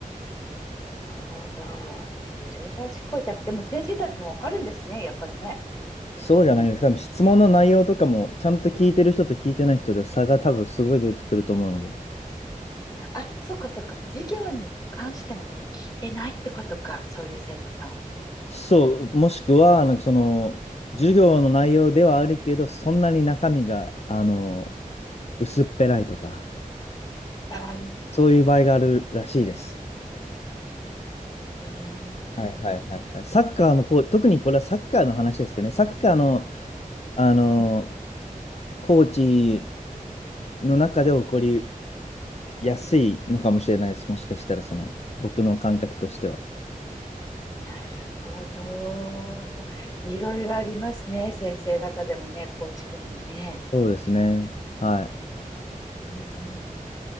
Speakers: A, on the left (about 25°); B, on the left (about 50°).
A: なるほど。ずる賢いタイプ。でも先生たちもわかるんですね、やっぱりね。すぐね。
B: そうじゃないです。多分質問の内容とかもちゃんと聞いてる人と聞いてない人で差が多分すごい出てくると思うので。
A: あ、そっかそっか。授業に関してのこと聞いてないってことか。そういう生徒さんは。
B: そう、もしくは、なんかその、授業の内容ではあるけど、そんなに中身が、あの、薄っぺらいとか、
A: ああ、なる
B: そういう場合があるらしいです。
A: ほどね。
B: はいはいはいはい。サッカーのコー、特にこれはサッカーの話ですけどね、サッカーの、あの、コーチの中で起こりやすいのかもしれないです。もしかしたら、その、僕の感覚としては。
A: なるほど。いろいろありますね。先生方でもね、コーチ群もね。
B: そうですね。は
A: うんうん